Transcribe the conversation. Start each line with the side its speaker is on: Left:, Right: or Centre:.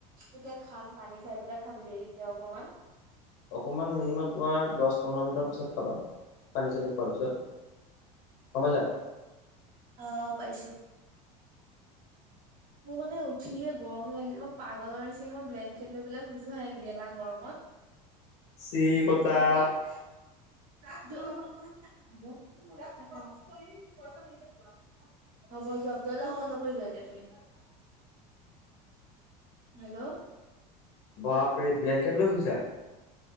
Right: এতিয়া খাম পানী খাই পেলাই খাম দেৰিকে অকমান।
Left: অকণমান মিনিমাম তোমাৰ দহ পোন্ধৰ মিনিটৰ পিছত খাবা। পানী চানী খোৱাৰ পিছত। গমপাইছা
Right: অহ ', পাইছো। মোৰ মানে উঠিয়ে গৰম লাগিল। মই পাগলৰ নিচিনাকে মই ব্লেংকেট লৈ পেলাই খোইছো হা এই গেলা গৰমত।
Left: চি কটাউ।
Right: কি কয় <unintelligible> হ'ব যোৱা দৰ্জাখন বন্ধ কৰি যোৱা এতিয়া তুমি।
Left: উ
Right: হেল্ল',
Left: বাপৰে ব্লেংকেট লৈ শুইছা।